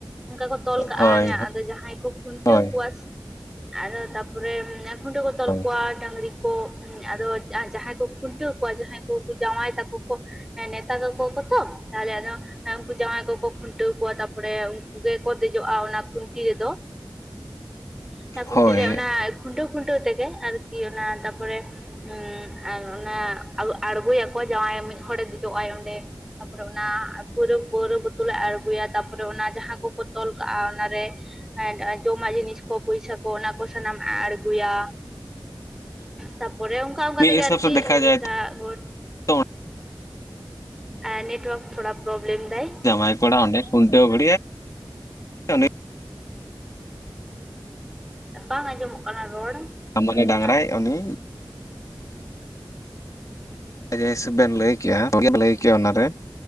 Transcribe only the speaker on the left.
ᱦᱳᱭ
ᱦᱳᱭ
ᱦᱳᱭ
ᱦᱳᱭ
ᱢᱤᱫ
ᱦᱤᱥᱟᱹᱵ
ᱥᱮ ᱫᱮᱠᱷᱟ ᱡᱟᱭ
ᱛᱚ
ᱡᱟᱢᱟᱭ ᱠᱚᱲᱟ ᱚᱸᱰᱮ ᱠᱷᱩᱱᱴᱟᱹᱣ <unintelligible>
ᱩᱱᱤ
ᱢᱟᱱᱮ
ᱰᱟᱝᱨᱟᱭ ᱩᱱᱤ ᱡᱮ ᱦᱤᱥᱟᱹᱵ ᱵᱮᱱ ᱞᱟᱹᱭ ᱠᱮᱜ-ᱟ ᱵᱮ ᱞᱟᱹᱭ ᱠᱮᱭᱟ ᱚᱱᱟᱨᱮ